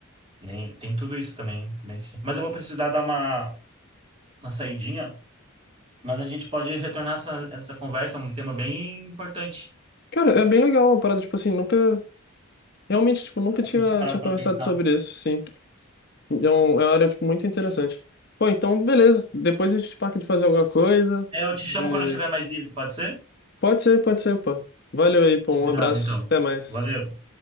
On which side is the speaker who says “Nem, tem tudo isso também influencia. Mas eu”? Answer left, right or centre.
Right